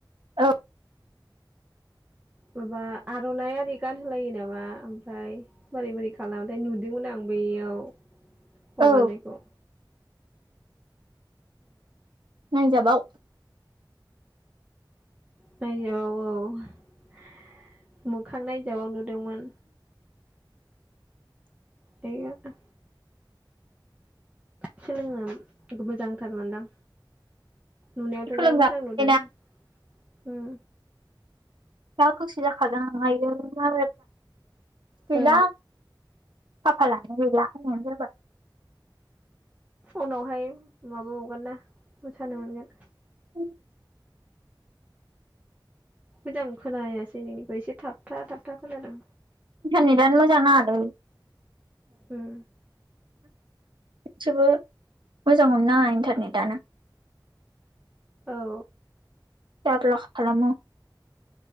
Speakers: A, on the right (about 75°); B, on the right (about 20°).
A: औ।
B: माबा आर'नाइ आरि गानहोलायो नामा ओमफ्राय मारै मोरै खालामोथाय नुदोंमोन आं बैयाव हगारनायखौ
A: औ नायजाबाव
B: नायजाबाव औ मोखां नायजाबाव नु दोंमोन। दे होमबा सोलोंनो मोजांथार मोनदां नुनायावथ'
A: सोलोंजाबायना
B: जा मोजां नुदों उम
A: दा गोसो जाखादों हायो आरो मा फैला
B: औ
A: खाफालानो गैला होननायानो जाबाय
B: उनावहाय माबाबावगोन ना मोसानो मोनगोन
A: <inaudible>
B: मोजां खोनायासै नोंनिखो एसे थाबथा थाबथा खोनादों
A: नेटआनो मोजां नाङा लै
B: उम
A: इथसेबो मोजां मोनना इन्टारनेटानो
B: औ
A: जारला खालामो